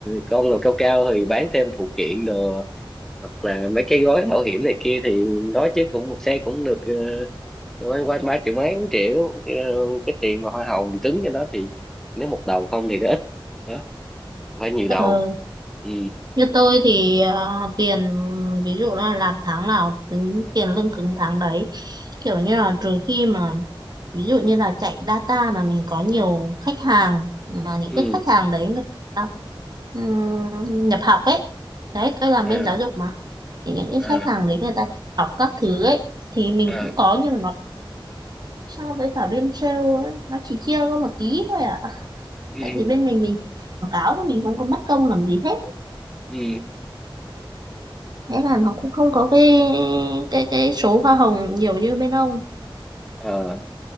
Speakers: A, in the centre; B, on the right.
A: con nào cao cao thì bán thêm phụ kiện đồ hoặc là mấy cái gói bảo hiểm này kia thì nói chứ cũng một xe cũng được ờ, quanh quanh ba triệu mấy bốn triệu Ờ, cái tiền mà hoa hồng cứng cho nó thì nếu một đầu không thì nó ít đó phải nhiều
B: Ờ,
A: đầu ừ
B: Như tôi thì à, tiền ví dụ là làm tháng nào tính tiền lương cứng tháng đấy kiểu như là trừ khi mà ví dụ như là chạy data mà mình có nhiều khách hàng mà những
A: ừ
B: cái khách hàng đấy người ta ừm, nhập học ấy đấy tôi làm
A: à,
B: bên giáo dục mà thì những cái
A: à,
B: khách hàng đấy người ta nhập học các thứ ấy thì mình
A: à,
B: cũng có nhưng mà nó so với cả bên sale ấy, nó chỉ chia có một tí thôi à
A: ừ
B: tại vì bên mình mình quảng cáo thì mình không có mất công làm gì hết
A: ừ
B: Thế là nó cũng không có cái cái cái số hoa hồng nhiều như bên ông.
A: Ờ,